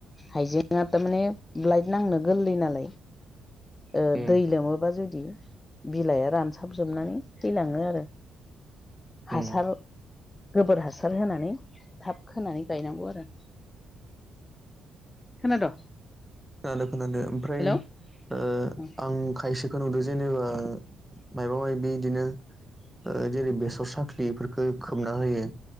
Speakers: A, on the left (about 20°); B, in the centre.
A: हाइजेंआ थामाने ब्लाइट नांनो गोरलै नालाय ओ
B: उम
A: दै लोमोबा जुदि बिलाइआ रानसाबजोबनानै थैलाङो आरो
B: उम
A: हासार गोबोर हासार होनानै थाब खोनानै गायनांगौ आरो खोनाद
B: खोनादो खोनादो ओमफ्राय
A: हेलौ
B: ओ
A: <unintelligible>
B: आं खायसेखो नुदो जेनेबा मायबा मायबि इदिनो ओ जेरै बेसर साख्लि इफोरखो खोबना होयो